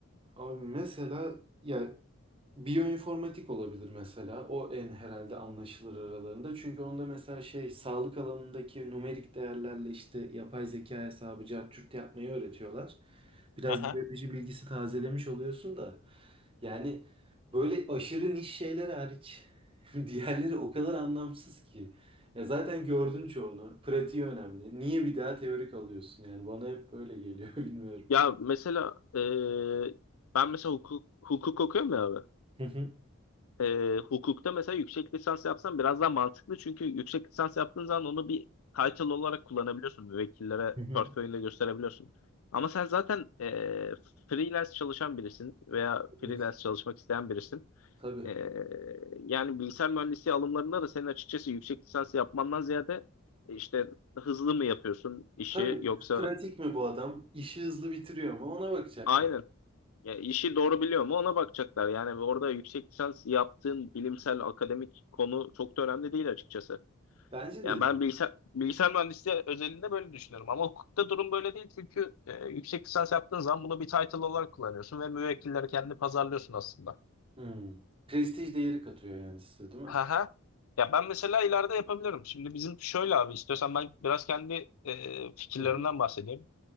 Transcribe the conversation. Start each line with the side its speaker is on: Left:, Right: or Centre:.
Right: Abi mesela ya Biyoinformatik olabilir mesela. O en herhalde anlaşılır aralarında. Çünkü onda mesela şey sağlık alanındaki numerik değerlerle işte yapay zeka hesabı cart yapmayı öğretiyorlar. Biraz
Left: Hı hı.
Right: biyoloji bilgisi tazelemiş oluyorsun da. Yani böyle aşırı niş şeyler hariç <laughs> diğerleri o kadar anlamsız ki. Ya zaten gördün çoğunu. Pratiği önemli. Niye bir daha teorik alıyorsun? Yani bana hep böyle geliyor <laughs> bilmiyorum.
Left: Ya mesela ee, ben mesela hukuk, hukuk okuyorum ya abi.
Right: Hı hı.
Left: e, hukukta mesela yüksek lisans yapsan biraz daha mantıklı. Çünkü yüksek lisans yaptığın zaman onu bir title olarak kullanabiliyorsun. Müvekkillere
Right: Hı hı.
Left: portföyünde gösterebiliyorsun. Ama sen zaten e, freelance çalışan birisin veya
Right: Evet,
Left: freelance çalışmak isteyen birisin.
Right: tabii.
Left: E, yani bilgisayar mühendisliği alımlarında da senin açıkçası yüksek lisans yapmandan ziyade e, işte hızlı mı yapıyorsun işi
Right: Tabii
Left: yoksa
Right: pratik mi bu adam? İşi hızlı bitiriyor mu? Ona bakacaklar.
Left: aynen Ya işi doğru biliyor mu ona bakacaklar. Yani orada yüksek lisans yaptığın bilimsel akademik konu çok da önemli değil açıkçası.
Right: Bence
Left: Yani
Right: de
Left: ben
Right: değil.
Left: bilgisayar, bilgisayar mühendisliği özelinde böyle düşünüyorum. Ama hukukta durum böyle değil çünkü e, yüksek lisans yaptığın zaman bunu bir title olarak kullanıyorsun ve müvekkilleri kendini pazarlıyorsun aslında.
Right: Hmm. Prestij değeri katıyor yani size değil mi?
Left: Ha ha. Ya ben mesela ileride yapabilirim. Şimdi bizim şöyle abi istiyorsan ben biraz kendi e, fikirlerimden
Right: Hı hı.
Left: bahsedeyim.